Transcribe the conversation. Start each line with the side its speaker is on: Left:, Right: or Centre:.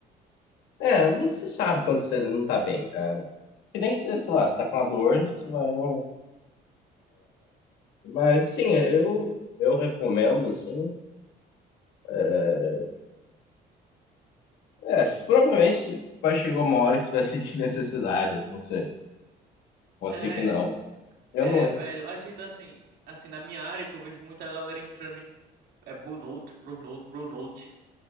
Left: é, você sabe quando você não tá bem, cara. Que nem, você, sei lá, você tá com uma dor, você vai não... Mas, assim, eu, eu recomendo, assim, é, é, provavelmente vai chegar uma hora que você vai <laughs> sentir necessidade, não sei. Pode
Right: É,
Left: ser que não. Eu
Right: é,
Left: não,
Right: velho, a gente assim, assim, na minha área que eu vejo muita galera entrando em é burnout, burnout, burnout.